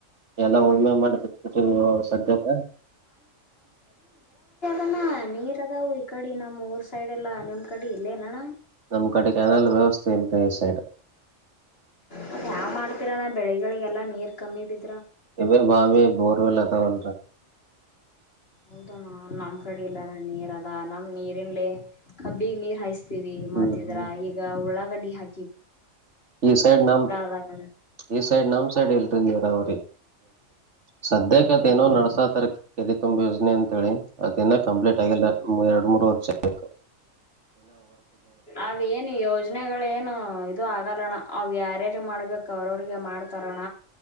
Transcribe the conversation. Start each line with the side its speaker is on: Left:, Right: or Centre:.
Right: ಎಲ್ಲ ಉಳಮೆ ಮಾಡಿ ಬಿರ್ತವಿ ಸಾಧ್ಯತೆ
Left: ಅಣ ನೀರ್ ಅದಾವ ಈ ಕಡೆ ನಮ್ಮ್ ಊರ್ ಸೈಡ್ ಎಲ್ಲ ನಿಮ್ಮ್ ಕಡೆ ಇಲ್ಲೇ ಅಣ
Right: ನಮ್ ಕಡೆಗೆ ನಲ್ಲ ವ್ಯವಸ್ಥೆ ಇಲ್ದೆ ಈ ಸೈಡ್
Left: ಮತ್ತ ಯಾ ಮಾಡ್ತೀರ ನಾ ಬೆಳಿಗಳಿಗೆಲ್ಲಾ ನೀರ್ ಕಮ್ಮಿ ಬ
Right: ಇದ ಭಾವಿ ಬೋರ್ವೆಲ್ ಅದಾವಲ್ರ
Left: ಹೌದ ನಮ್ ಕಡಿ ಇಲ್ಲ ನಾ ನೀರ ನಮ್ ನೀರಿ ಇನ್ಲ್ ಕಬ್ಬಿಗೆ ನೀರ್ ಹಾಯ್ಸ್ ಮತ್ತಿದರ
Right: ಹ್ಮ್ ಹ್ಮ್
Left: ಈಗ ಉಳ ಗಾಡಿ ಹಾ
Right: ಈ ಸೈಡ್ ನಮ
Left: ಅದಾವ
Right: ಈ ಸೈಡ್ ನಮ್ ಸೈಡ್ ಇಲ್ರಿ ನೀರ ಅವ್ರಿ ಸದ್ಯ ಕತೆ
Left: ಹೌದಾ
Right: ಏನೋ ನಡ್ಸಾತರ್ ಇಲ್ಲಿ ತುಂಬಾ ಯೋಜನೆ ಅಂತ ಹೇಳಿ ಅ ಇ ಕಂಪ್ಲೀಟ್ ಆಗಿಲ್ಲ ಎರಡು ಮೂರ ನೋರ್ <unintelligible>
Left: ಅವೇನು ಯೋಜನೆಗಳ ಏನು ಇದು ಆಗಲ್ಲಣ್ಣ ಅವ್ ಯಾರ್ಯಾರ ಮಾಡ್ಬೇಕ ಅವ್ರ ಅವ್ರಿಗೆ ಮಾಡ್ತಾರಣ